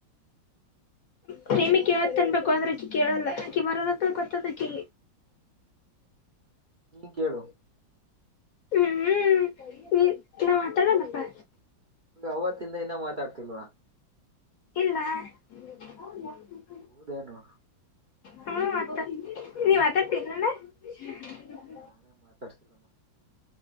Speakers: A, on the left; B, on the right.
A: ಪ್ರೇಮಿ ಕೇಳ ತನ್ಬೇಕು ಆದ್ರ ಅಕ್ಕಿ ಕೇಳಲ್ಲ ಅಕಿ ಬರಲ್ಲತ್ತ ಗೊತ್ತದಕ್ಕಿ.
B: ನೀ ಕೇಳು.
A: ಹ್ಮ್ ಹ್ಮ್ ಈ ನಾ ಮಾತಾಡಲಪ್ಪಾ.
B: ಅವತ್ತಿಂದ ಇನ್ನ ಮಾತಾಡ್ತಿಲ್ವ.
A: ಇಲ್ಲಾ. <inaudible>
B: ಹೌದೇನು.
A: ಹ್ಮ ಮತ್ತ ನೀವ. <unintelligible>
B: ನಾನೆನ್ ಮಾತಾಡ್ತಿಲ್ಲಮ್ಮ.